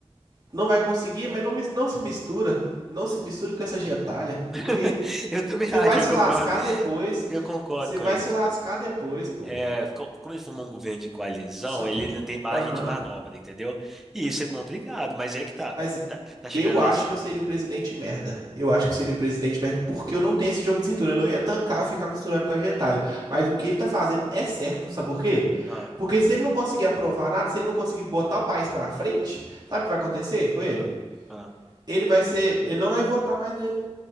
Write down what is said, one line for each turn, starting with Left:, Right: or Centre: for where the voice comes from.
Right: não vai conseguir, mas não, mis- não se mistura. Não se misture com essa gentalha,
Centre: <laughs>
Right: porque
Centre: Eu também
Right: você
Centre: acho,
Right: vai se
Centre: eu concordo.
Right: lascar depois.
Centre: Eu concordo
Right: Você
Centre: com
Right: vai
Centre: isso,
Right: se lascar
Centre: cara.
Right: depois, pô.
Centre: É, co- como ele formou um governo de coalizão,
Right: Só que.
Centre: ele não tem margem
Right: Aham.
Centre: de manobra, entendeu? E isso é complicado, mas é que tá.
Right: Mas
Centre: Tá, tá chegando
Right: eu
Centre: a eleição.
Right: acho que eu seria um presidente merda. Eu acho que eu seria um presidente merda porque eu não tenho esse jogo de cintura. Eu não ia tancar ficar misturando com a gentalha. Mas o que ele tá fazendo é certo, sabe por quê?
Centre: Ah,
Right: Porque se ele não conseguir aprovar nada, se ele não conseguir botar o país pra frente, sabe o que vai acontecer com ele?
Centre: ah, ah.
Right: Ele vai ser, ele não vai votar mais nele.